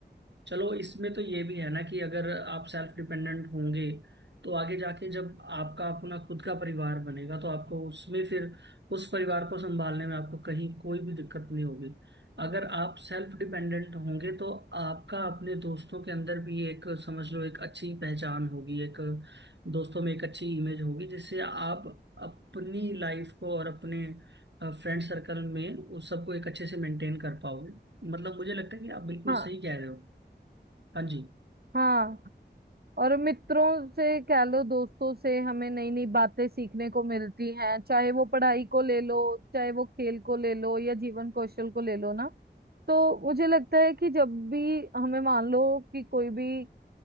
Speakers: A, on the right; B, on the right.
A: चलो इसमें तो ये भी है ना कि अगर आप सेल्फ डिपेंडेंट होंगे तो आगे जाके जब आपका अपना खुद का परिवार बनेगा तो आपको उसमें फिर उस परिवार को संभालने में आपको कहीं कोई भी दिक्कत नहीं होगी अगर आप सेल्फ डिपेंडेंट होंगे तो आपका अपने दोस्तों के अंदर भी एक समझ लो एक अच्छी पहचान होगी एक दोस्तों में एक अच्छी इमेज होगी जिससे आप अपनी लाइफ को और अपने फ्रेंड सर्कल में उस सबको एक अच्छे से मेंटेन कर पाओगे मतलब मुझे लगता है कि आप बिल्कुल
B: हाँ
A: सही कह रहे हो हाँ जी
B: हाँ और मित्रों से कह लो दोस्तों से हमें नई नई बातें सीखने को मिलती हैं चाहे वो पढ़ाई को ले लो चाहे वो खेल को ले लो या जीवन कौशल को ले लो ना तो मुझे लगता है कि जब भी हमें मान लो कि कोई भी